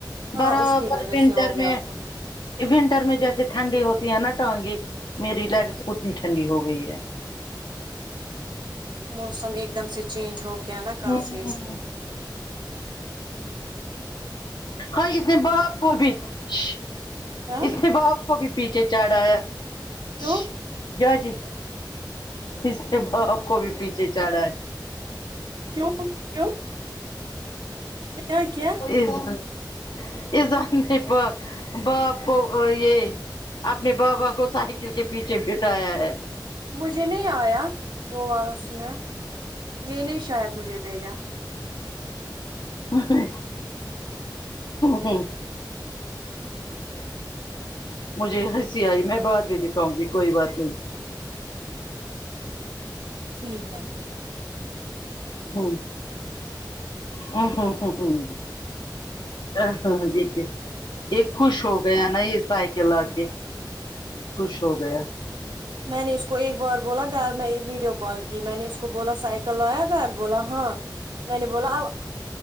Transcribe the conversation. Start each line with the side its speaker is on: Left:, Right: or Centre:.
Right: ہاں
Left: برابر
Right: اس کی وجہ
Left: ونٹر
Right: سے ہو گیا
Left: میں
Right: آپ کو
Left: ونٹر میں جیسے ٹھنڈی ہوتی ہے نا ٹانگیں میری لیگس اتنی ٹھنڈی ہو گئی ہے
Right: موسم ایک دم سے چینج ہو گیا نا کل
Left: ہوں
Right: سے اس لیے
Left: ہاں اس نے باپ کو بھی شہ
Right: ہاں
Left: اس کے باپ کو بھی پیچھے چڑآیا
Right: کیوں
Left: شہ جاو جی اس نے باپ کو بھی پیچھے چڑھا ہے
Right: کیوں کیوں کیا کیا
Left: اذہان اذہان نہیں پ باپ کو یہ اپنے بابا کو سائیکل کے پیچھے بٹھایا ہے
Right: مجھے نہیں آیا وہ والا اسنپ یہ نہیں شاید مجھے بھیجا
Left: اوہو ہو ہو مجھے ہنسی آئی میں بعد بھی دکھاؤں گی کوئی بات نہیں
Right: ٹھیک ہے
Left: ہوں وں ہوں ہوں ہوں آ ہا دیکھ کے یہ خوش ہو گیا نا یہ سائیکل آ کے خوش ہو گیا
Right: میں نے اس کو ایک بار بولا گھر میں ویڈیو کال کی میں نے اس کو بولا سائیکل لایا گھر بولا ہاں میں نے بولا اب